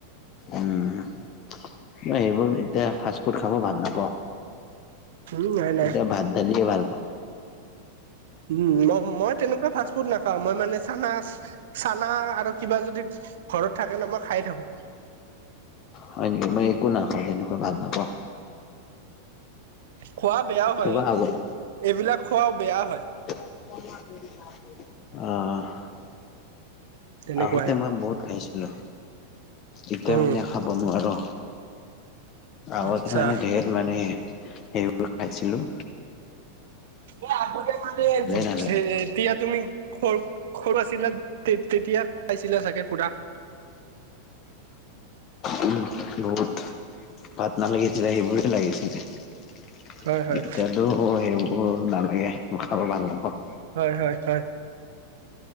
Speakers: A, on the left (about 35°); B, on the right (about 55°).
A: উম'। না সেইবোৰ এতিয়া ফাষ্ট ফুড খাব ভাল নাপাওঁ।
B: উম নাই নাই
A: এতিয়া ভাত, দালিয়ে ভাল পাওঁ।
B: উম' ম মই তেনেকুৱা ফাষ্ট ফুড নাখাওঁ, মই মানে চানা চানা আৰু কিবা যদি ঘৰত থাকে ন, মই খাই থাকোঁ।
A: হয় নেকি, মই একো নাখাওঁ তেনেকুৱা ভাল নাপাওঁ।
B: খোৱা বেয়াও
A: কিবা
B: হয়,
A: আগত
B: এইবিলাক খোৱাও বেয়া হয়।
A: অ'হ
B: তেনেকুৱাই
A: আগতে মই বহুত খাইছিলোঁ, এতিয়া
B: উম
A: মানে খাব নোৱাৰো। আগত
B: আচ্ছা
A: মানে ধেই মানে সেই সেইবোৰ খাইছিলোঁ।
B: এই আগতে মানে এই
A: নালাগে
B: তেতিয়া তুমি সৰ সৰু আছিলা, তেতিয়া খাইছিলা চাগে পুৰা।
A: উম' বহুত। ভাত নালাগিছিলে, সেইবোৰে লাগিছিলে। এতিয়া
B: হয় হয়
A: টো হ সেইবোৰ নালাগে, মই খাব ভাল নাপাওঁ।
B: হয়, হয়, হয়,